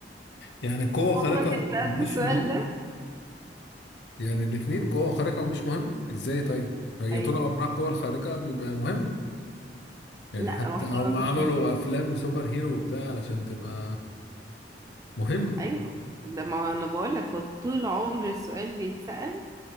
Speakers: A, on the left (about 80°); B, on the right (about 20°).
A: يعني قوة خارقة
B: عمرك اتسألت
A: مش
B: السؤال
A: مهمة
B: ده
A: يعني الاتنين قوة خارقة ومش مهمة ازاي طيب هي
B: ايوه
A: طول عمرها القوة الخارقة بيبقى مهمة يعني
B: لا
A: حتى
B: واحدة
A: هم
B: بقى
A: عملوا
B: مش مهمة
A: افلام سوبر هيرو وبتاع علشان تبقى مهمة
B: ايوه ده ما انا بقول لك هو طول عمر السؤال بيتسأل